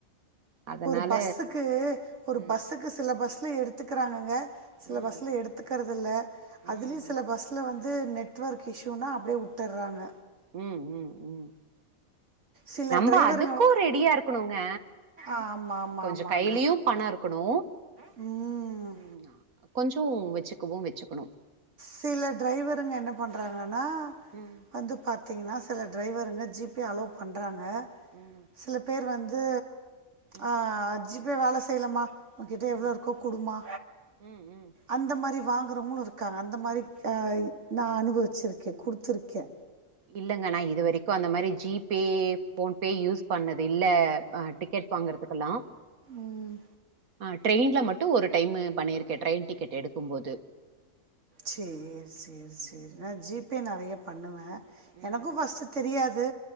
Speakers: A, on the right; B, on the right.
A: அதனால
B: ஒரு பஸ்ஸுக்கு ஒரு
A: ம்
B: பஸ்ஸுக்கு சில பஸ்ல எடுத்துக்குறாங்கங்க சில
A: ம்
B: பஸ்ல எடுத்துக்கறது இல்ல அதுலயு
A: ம்
B: சில பஸ் ல வந்து நெட்வொர்க் இஷ்யூனா அப்டியே உட்டற்றாங்க
A: ம் ம் ம்
B: சில
A: நம்ப
B: டிரைவருங்க
A: அதுக்கு ரெடியா இருக்குணுங்க
B: ஆமா ஆமா
A: கொஞ்ச
B: ஆமாங்க
A: கைய்லியு பணோ இருக்கணு
B: ம்
A: ம் ஆ கொஞ்சோ வெச்சுக்கவு வெச்சுக்கணு
B: சில ட்ரைவருங்க என்ன பண்றாங்கனா
A: ம்
B: வந்து பாத்திங்ன்னா சில ட்ரைவருங்க ஜி பே அலோ பண்றாங்க
A: ம்
B: சில பேர் வந்து
A: ம்
B: அ ஜி பே வேல செய்லமா உகிட்ட எவ்ளோ
A: ம்
B: இருக்கோ குடுமா
A: ம் ம்
B: அந்த மாரி வாங்குறவங்களு இருக்காங்க அந்த மாரி ஆ நா அனுபவிச்சிருக்கே குடுத்துருக்கே
A: இல்லங்க நா இது வரிக்கு அந்த மாரி G Pay PhonePe use பண்ணது இல்ல ஆ டிக்கெட் வாங்குறதுக்குல்லா
B: ம்
A: ஆ ட்ரெயின்ல மட்டு ஒரு டைமு பண்ணிருக்கே ட்ரெயின் டிக்கெட் எடுக்கும்போது
B: சேர் சேரி
A: ம்
B: சேரி நா ஜி பே நறைய பண்ணுவே
A: ம்
B: எனக்கு ஃபஸ்டு தெரியாது